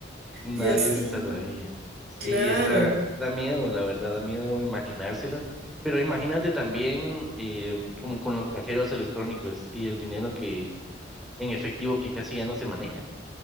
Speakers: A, in the centre; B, on the right.
A: Nadie
B: Y así.
A: se salvaría. Sí,
B: Claro,
A: está, da miedo, la verdad, da miedo imaginárselo. Pero imagínate también eh, como con los cajeros electrónicos y el dinero que en efectivo que casi ya no se maneja.